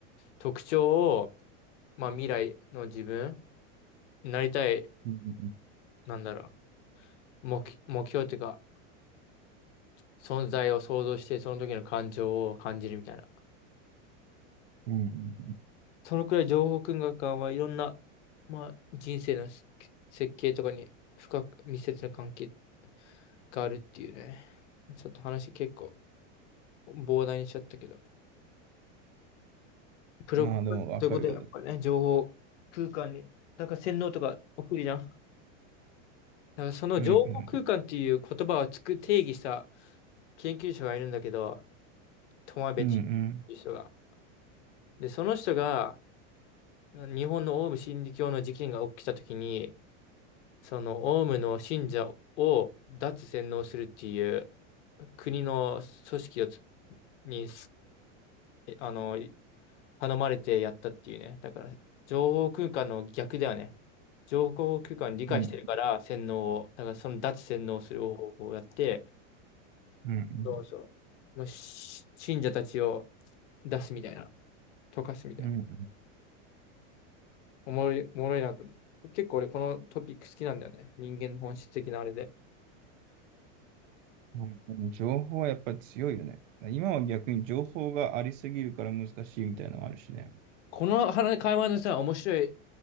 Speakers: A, on the left; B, on the right.
A: 特徴を、まあ、未来の自分、なりたい、
B: うん、うん、
A: なんだろう、目、目標っていうか、存在を想像して、その時の感情を感じるみたいな。
B: うん、うん
A: そのくらい情報空間はいろんな、まあ、人生のせ設計とかに深く密接な関係があるっていうね。ちょっと話結構膨大にしちゃったけど。プロ、
B: まあでもわかるけど、
A: そういうことやっぱね、情報空間に、だから洗脳とか起きるじゃん。だからその情報空間っていう言葉をつく定義した
B: うん、うん、
A: 研究者がいるんだけど、トマベチっていう人が。
B: うん、
A: で、その人が日本のオウム真理教の事件が起きたときに、そのオウムの信者を脱洗脳するっていう国の組織をつに、あの、頼まれてやったっていうね。だから、情報空間の逆だよね。情報空間を理解してるから、
B: うん、うん、
A: 洗脳を、だからその脱洗脳する方法をやって、
B: うん、
A: そうそう。もうし信者たちを出すみたいな、溶かすみたいな。
B: うん、
A: おもろい、おもろいなと思う。結構俺このトピック好きなんだよね。人間の本質的なあれで。
B: うん情報はやっぱり強いよね。今は逆に情報がありすぎるから難しいみたいなのもあるしね。
A: この話会話のさ、面白い